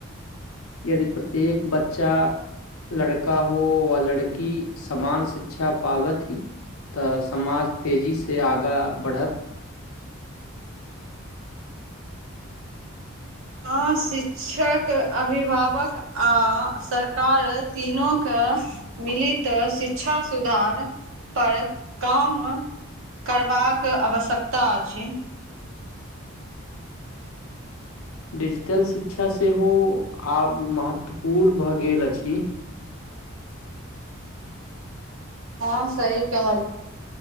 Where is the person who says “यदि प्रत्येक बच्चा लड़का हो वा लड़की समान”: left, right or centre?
Left